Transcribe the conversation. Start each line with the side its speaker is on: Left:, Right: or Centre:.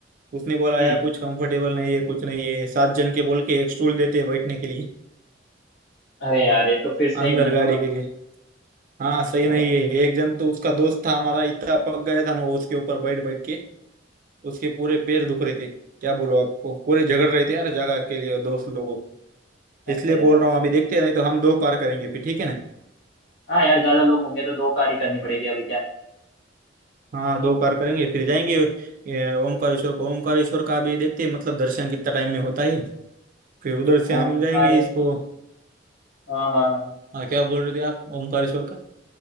Right: उसने बोला
Left: हम्म
Right: यार कुछ कंफर्टेबल नहीं है कुछ नहीं है सात जन के बोल के एक स्टूल देते हैं बैठने के लिए
Left: अरे यार ये तो फिर सही
Right: अंदर
Left: नहीं
Right: गाड़ी
Left: ना मतलब
Right: के लिए हाँ सही
Left: अ,
Right: नहीं है एक जन तो उसका दोस्त था हमारा इतना पक गया था ना वो उसके ऊपर बैठ बैठ के उसके पूरे पैर दुख रहे थे क्या बोलो आपको पूरे झगड़ रहे थे यार जगह के लिए दोस्त लोगों
Left: अरे
Right: इसलिए बोल
Left: यार
Right: रहा हूँ अभी देखते हैं नहीं तो हम दो कार करेंगे फिर ठीक है ना
Left: हाँ यार ज्यादा लोग होंगे तो दो कार ही करनी पड़ेगी अभी क्या
Right: हाँ दो कार करेंगे फिर जाएंगे ये, ओमकारेश्वर को ओमकारेश्वर का भी देखते हैं मतलब दर्शन कितना टाइम में होता है फिर उधर से हम
Left: ओमकारेश्वर
Right: जाएंगे इसको
Left: हाँ हाँ हाँ
Right: हाँ, क्या बोल रहे थे आप ओमकारेश्वर का